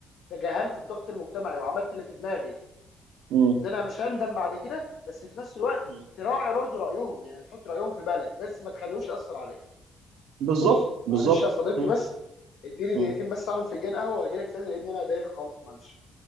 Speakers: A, on the left; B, on the right.
A: تجاهلت الضغط المجتمعي وعملت اللي في دماغي
B: مم.
A: ان انا مش هندم بعد كده بس في نفس الوقت
B: مم.
A: تراعي برضو رايهم يعني تحط رايهم في بالك بس ما تخليهوش ياثر عليك
B: بالظبط
A: بص
B: بالظبط
A: معلش يا صديقي
B: مم.
A: بس اديني
B: مم.
A: دقيقتين بس اعمل فنجان قهوه واجي لك تاني لان انا دايخ خالص معلش